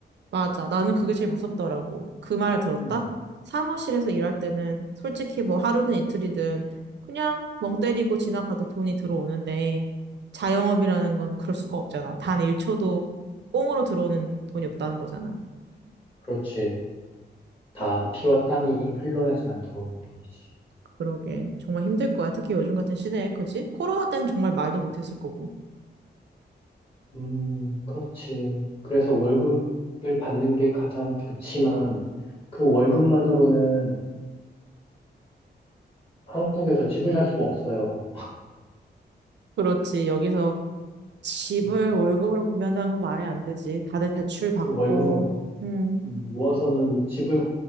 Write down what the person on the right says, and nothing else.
맞아. 나는 그게 제일 무섭더라고. 그 말을 들었다?
사무실에서 일할 때는 솔직히 뭐 하루든 이틀이든 그냥 멍 때리고 지나가도 돈이 들어오는데 자영업이라는 건 그럴 수가 없잖아. 단 1초도 꽁으로 들어오는 돈이 없다는 거잖아.
그러게. 정말 힘들 거야. 특히 요즘 같은 시대에, 그지? 코로나 때는 정말 말도 못했을 거고.
그렇지. 여기서 집을
월급으로 구매한다는 건 말이 안 되지. 다들 대출 받고.
음,